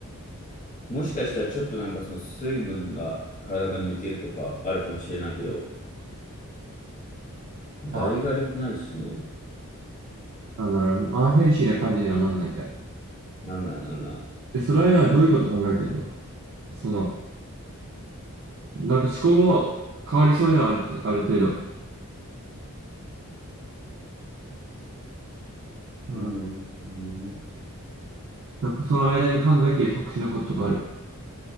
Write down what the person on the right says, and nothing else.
あ、あなるほどね。アンヘルシーな感じにはなんないんだ。
で、その間はどういうこと考えてんのその、なんか思考も変わりそうにはある、ある程度。うん。
なんかその間に考えてる特殊なことがある。